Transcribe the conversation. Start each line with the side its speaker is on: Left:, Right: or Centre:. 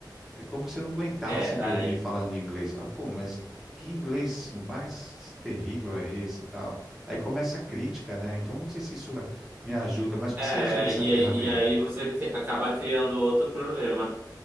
Centre: é como se eu não aguentasse
Right: É,
Centre: me
Right: aí...
Centre: ouvir falando inglês. Fala, pô, mas que inglês mais terrível é esse e tal? Aí começa a crítica, né? Então não sei se isso me ajuda, mas o
Right: É,
Centre: que você acha dessa
Right: e
Centre: ferramenta?
Right: aí, e aí você cri- acaba criando outro problema.